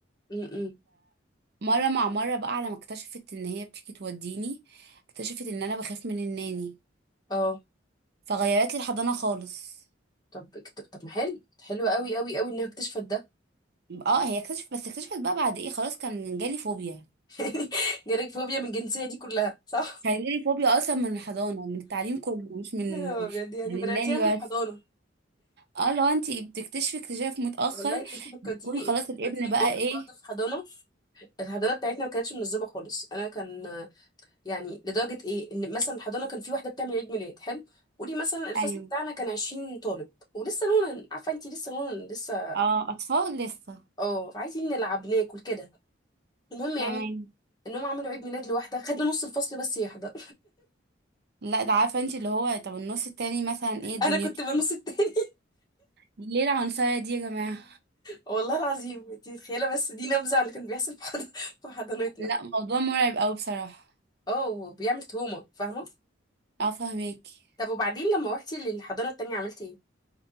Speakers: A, on the left; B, on the right.
A: امم
B: مره مع مره بقى على ما اكتشفت ان هي بتيجي توديني اكتشفت ان انا بخاف من الناني
A: اه
B: فغيرت لي الحضانه خالص
A: طب طب طب ما حلو حلو قوي قوي قوي انها اكتشفت ده
B: اه هي اكتشفت بس اكتشفت بقى بعد ايه خلاص كان جالي فوبيا
A: <laughs> جالك فوبيا من الجنسية دي كلها صح؟
B: كان جالي فوبيا اصلا من الحضانه من التعليم كله مش من
A: يا نهار أبيض يعني
B: من
A: بدأتيها
B: الناني
A: من الحضانة
B: بس اه لو انت بتكتشفي اكتشاف متاخر
A: والله انت فكرتيني
B: بيكون خلاص
A: انت
B: الابن
A: فكرتيني
B: بقى
A: بموقف
B: ايه
A: برضه في حضانة الحضانة بتاعتنا ما كانتش منظمة خالص أنا كان يعني لدرجة إيه إن مثلا الحضانة كان في واحدة بتعمل عيد ميلاد حلو قولي مثلا الفصل
B: ايوه
A: بتاعنا كان 20 طالب ولسه نونا عارفة انت لسه نونا لسه
B: اه اطفال لسه
A: اه عايزين نلعب ناكل كده المهم
B: تمام
A: يعني انهم عملوا عيد ميلاد لواحدة خدنا نص الفصل بس يحضر
B: لا ده عارفه انت اللي هو طب النص التاني مثلا
A: <laughs>
B: ايه دنيته
A: انا كنت بالنص التاني
B: ليه العنصريه دي يا جماعه
A: والله العظيم انت متخيله بس دي نبذه على اللي كان بيحصل في حض- <laughs> في حضانتنا
B: لا موضوع مرعب قوي بصراحه
A: اه وبيعمل تهمه فاهمه
B: اه فهماكي
A: طب وبعدين لما روحتي للحضانه التانية عملتي ايه